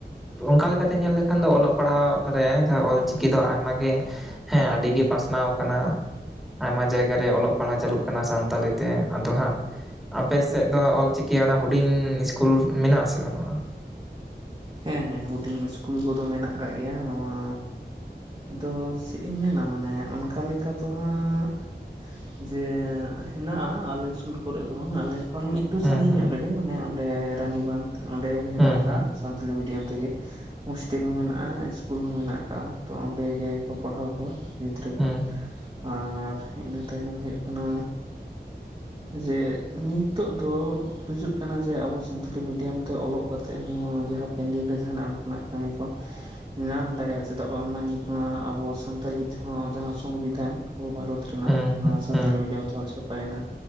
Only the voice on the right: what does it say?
ᱦᱮᱸ ᱦᱮᱸ ᱦᱩᱰᱤᱧ ᱤᱥᱠᱩᱞ ᱠᱚᱫᱚ ᱢᱮᱱᱟᱜ ᱠᱟᱜ ᱜᱮᱭᱟ ᱱᱚᱣᱟ ᱟᱫᱚ ᱥᱤᱨᱤᱧ ᱢᱮᱱᱟ ᱢᱟᱱᱮ ᱚᱱᱠᱟ ᱞᱮᱠᱟ ᱫᱚ ᱦᱟᱸᱜ ᱡᱮ ᱦᱮᱱᱟᱜᱼᱟ ᱟᱞᱮ ᱥᱩᱨ ᱠᱚᱨᱮ ᱫᱚ ᱵᱟᱝ ᱟᱞᱮ ᱠᱷᱚᱱ ᱮᱠᱴᱩ
ᱥᱟᱺᱟᱹᱜᱤᱧ
ᱧᱚᱜ ᱨᱮᱜᱮ ᱢᱟᱱᱮ ᱚᱸᱰᱮ ᱨᱟᱱᱤ ᱵᱟᱸᱫᱷ ᱚᱸᱰᱮ ᱦᱮᱱᱟᱜ
ᱟᱠᱟᱜᱼᱟ᱾ ᱥᱟᱱᱛᱟᱞᱤ ᱢᱤᱰᱤᱭᱟᱢ ᱛᱮᱜᱮ ᱦᱥᱴᱮᱞ ᱦᱚᱸ ᱢᱮᱱᱟᱜ ᱟ ᱤᱥᱠᱩᱞ ᱦᱚᱸ ᱢᱮᱱᱟᱜ ᱠᱟᱜᱼᱟ ᱛᱚ ᱚᱸᱰᱮ ᱜᱮᱠᱚ ᱯᱟᱲᱦᱟᱣ ᱠᱚᱣᱟ ᱜᱤᱫᱽᱨᱟᱹ
ᱠᱚ ᱟᱨ ᱤᱱᱟᱹ ᱛᱟᱭᱱᱚᱢ ᱦᱩᱭᱩᱜ ᱠᱟᱱᱟ ᱡᱮ ᱱᱤᱛᱚᱜ ᱫᱚ ᱠᱩᱡᱩᱜ ᱠᱟᱱᱟ ᱡᱮ ᱟᱵᱚ ᱥᱟᱱᱛᱟᱞᱤ ᱢᱤᱰᱤᱭᱟᱢ ᱛᱮ ᱚᱞᱚᱜ ᱠᱟᱛᱮ ᱦᱚᱸ ᱡᱮ ᱦᱟᱯᱮᱱ ᱫᱤᱱ ᱨᱮ ᱡᱟᱦᱟᱱᱟ ᱚᱱᱠᱟᱱᱟᱜ ᱠᱟᱹᱢᱤ ᱠᱚ ᱧᱟᱢ ᱫᱟᱲᱮᱭᱟᱜᱼᱟ ᱪᱮᱫᱟᱜ ᱵᱟᱝᱢᱟ ᱱᱤᱛ ᱢᱟ ᱟᱵᱚ ᱥᱟᱱᱛᱟᱲᱤ ᱛᱮᱦᱚᱸ ᱡᱟᱦᱟᱸ ᱥᱚᱝᱵᱤᱫᱷᱟᱱ ᱟᱵᱚ ᱵᱷᱟᱨᱚᱛ ᱨᱮᱱᱟᱜ
ᱚᱱᱟ
ᱥᱟᱱᱛᱟᱲᱤ
ᱢᱤᱰᱤᱭᱟᱢ ᱛᱮ ᱚᱞ ᱪᱷᱟᱯᱟᱭᱮᱱᱟ